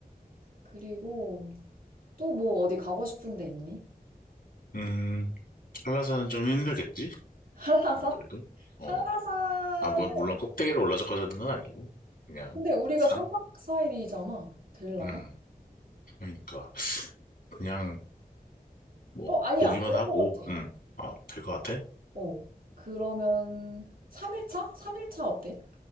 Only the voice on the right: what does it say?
그리고 또 뭐 어디 가고 싶은 데 있니?
<laughs> 한라산?
한라산은
근데 우리가
3박 4일이잖아. 될라나?
어, 아니야.
될
것 같아.
어. 그러면 3일차? 3일차 어때?